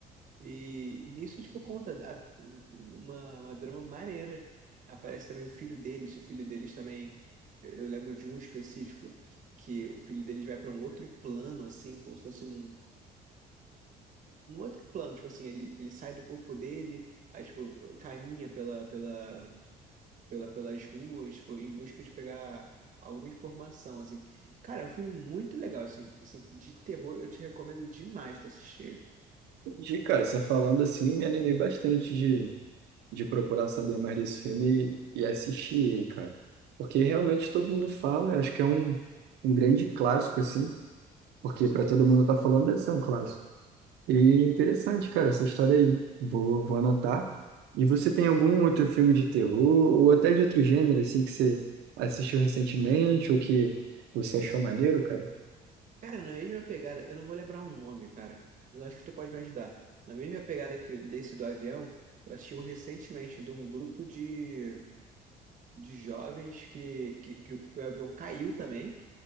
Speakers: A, on the right (about 50°); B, on the right (about 80°).
A: E, e nisso, tipo, conta da- uma, uma drama maneira. Aparece também o filho deles, o filho deles também. Eu lembro de um específico que o filho deles vai para um outro plano, assim, como se fosse um em outro plano, tipo assim, ele, ele sai do corpo dele, aí, tipo, caminha pela, pela, pela, pelas ruas, tipo, em busca de pegar alguma informação, assim. Cara, é um filme muito legal, assim, assim, de terror, eu te recomendo demais tu assistir ele,
B: Entendi, cara. Você falando assim, me animei bastante de, de procurar saber mais desse filme e, e assistir ele, cara. Porque realmente todo mundo fala, acho que é um, um grande clássico, assim. porque
A: com certeza.
B: para todo mundo tá falando deve ser um clássico. E interessante,
A: Uhum.
B: cara, essa história aí. Vou, vou anotar. E você tem algum outro filme de terror ou até de outro gênero assim que você assistiu recentemente ou que você achou maneiro, cara?
A: Cara, na mesma pegada, eu não vou lembrar o nome, cara, mas eu acho que tu pode me ajudar. Na mesma pegada que desse do avião, eu assisti um recentemente de um grupo de, de jovens que, que, que o que o avião caiu também.